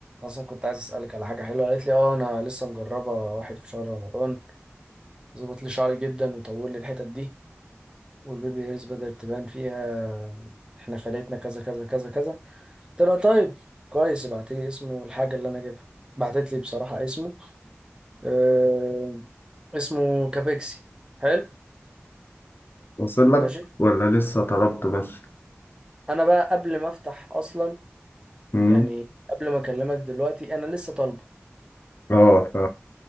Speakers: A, on the right; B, on the left.
A: اصلا كنت عايز اسالك على حاجه حلوه قالت لي اه انا لسه مجربه واحد في شهر رمضان ظبط لي شعري جدا وطول لي الحتت دي والبيبي هيرز بدات تبان فيها احنا فلتنا كذا كذا كذا كذا طلع طيب كويس ابعت لي اسمه الحاجة اللي انا جايبها بعتت لي بصراحة اسمه آه اسمه كابيكسي حلو
B: وصل لك
A: ماشي
B: ولا لسه طلبته بس؟
A: انا بقى قبل ما افتح اصلا
B: مم.
A: يعني قبل ما اكلمك دلوقتي انا لسه طالبه
B: اه ف...